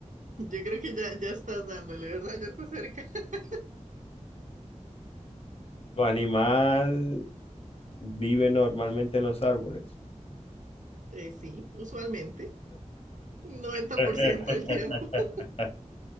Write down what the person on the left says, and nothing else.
Tu animal vive normalmente en los árboles.
<laughs>